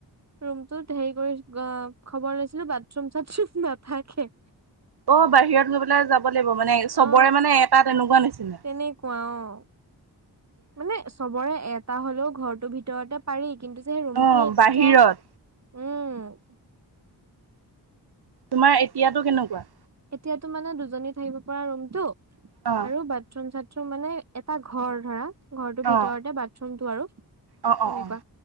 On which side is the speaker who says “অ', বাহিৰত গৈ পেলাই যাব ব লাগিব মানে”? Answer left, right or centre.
Right